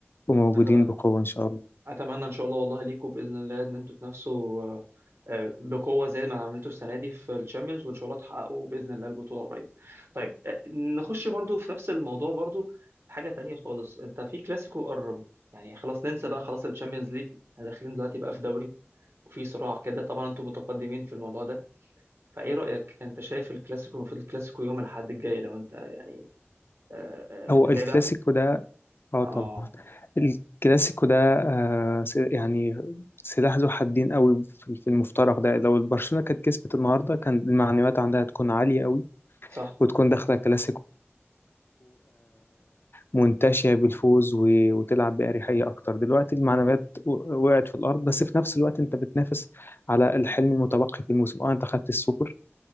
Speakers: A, on the left (about 55°); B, on the right (about 65°).
A: وموجودين
B: أتمنى
A: بقوة إن شاء الله
B: اتمنى ان شاء الله والله ليكم باذن الله ان انتوا تنافسوا آه، آه، بقوه زي ما عملتوا السنه دي في الشامبيونز وان شاء الله تحققوا باذن الله البطوله قريب طيب آه، نخش برضو في نفس الموضوع برضو حاجه تانية خالص انت في كلاسيكو قرب يعني خلاص ننسى بقى خلاص الشامبيونز ليج احنا داخلين دلوقتي بقى في دوري وفي صراع كده طبعا انتوا متقدمين في الموضوع ده فايه رايك انت شايف الكلاسيكو المفروض الكلاسيكو يوم الاحد الجاي لو انت يعني آه، آه،
A: هو
B: متابع
A: الكلاسيكو ده اه
B: اه
A: طبعا الكلاسيكو ده آه س- يعني سلاح ذو حدين قوي في في المفترق ده لو البرشلونة كانت كسبت النهارده كان المعنويات عندها تكون عالية قوي
B: صح
A: وتكون داخلة الكلاسيكو منتشية بالفوز و... وتلعب بأريحية أكتر دلوقتي المعنويات و- وقعت في الأرض بس في نفس الوقت أنت بتنافس على الحلم المتبقي في الموسم اه أنت خدت السوبر